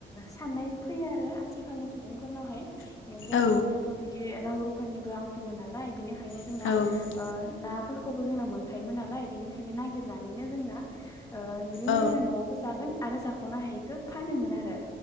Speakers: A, on the left (about 15°); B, on the left (about 80°).
A: साननाय फैयो आरो आथिखालनि सुबुं फोरनावहाय जोंना
B: औ नंगौ औ
A: गोदोथ' बिदि रां रुफानिबो आंखालमोन नालाय बिनि ओंखायनो जोंना
B: औ
A: नाफोरखौबो जोंना मोनखायोमोन नालाय बेनिखायनो नागिरनानैनो जोंना बिदि
B: औ
A: <unintelligible> न'आवबो जागोन आरो जाख'नो हायिखौ फानोमोन आरो